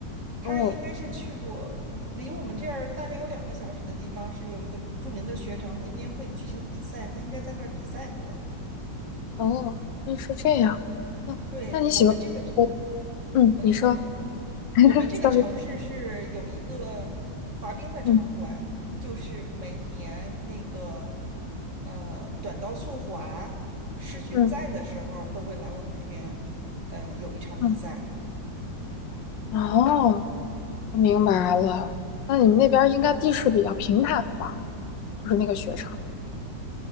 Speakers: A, on the right (about 40°); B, on the left (about 75°).
A: 他应该是去过，
B: 哦
A: 我离我们这儿大概有两个小时的地方是有一个著名的雪场，那边会举行比赛，他应该在那儿比赛过。
B: 哦，那是这样。那那你喜欢我？
A: 对，我们这个
B: 嗯，
A: s
B: 你说
A: o r r y <laughs>
B: <laughs>，sorry，
A: 我们这个城市是有一个滑冰的场馆，
B: 嗯
A: 就是每年那个呃短道速滑世巡赛的时候都会来我们这边，
B: 嗯
A: 呃，有一场比赛。
B: 嗯，哦，我明白了。那你们那边应该地势比较平坦吧？就是那个雪场。